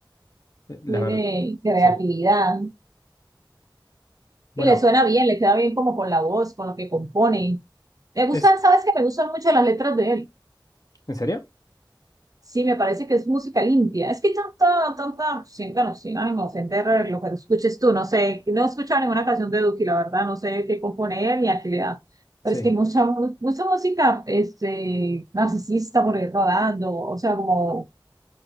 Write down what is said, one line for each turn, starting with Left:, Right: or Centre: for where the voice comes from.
Left: eh, la
Right: Tiene
Left: verdad,
Right: creatividad.
Left: sí. Bueno,
Right: Y le suena bien, le queda bien como con la voz, con lo que compone. Me gustan,
Left: ¿es
Right: sabes que me gustan mucho las letras de él.
Left: en serio?
Right: Sí, me parece que es música limpia. Es que tanta, tanta, siéntanos, sin ánimo, sin terror, lo que escuches tú, no sé, no he escuchado ninguna canción de Duki, la verdad, no sé qué compone él ni a qué le da.
Left: Sí.
Right: Pero es que mucha, mu- mucha música, este, narcisista por ahí rodando, o sea, como